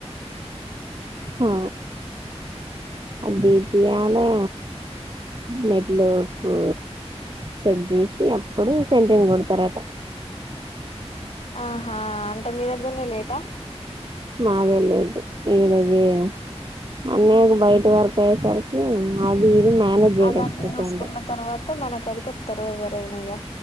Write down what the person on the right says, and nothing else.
హా దీదియా అలే మెట్లోకు సెట్ చేసి అప్పుడు సెంట్రింగ్ గొడతరట
మాదే లేటు ఏడజే అన్నయ్యకు బయట వర్కు అయ్యేసరికి అది ఇది మేనేజ్ చేయలేకపోతుండు